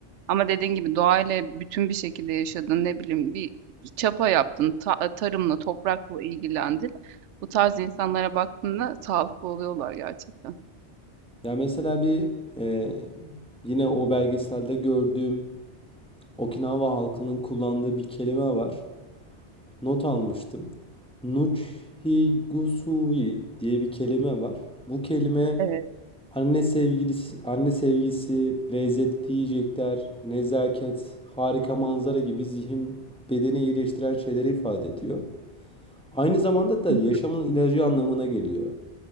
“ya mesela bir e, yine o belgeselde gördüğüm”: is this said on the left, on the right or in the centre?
Centre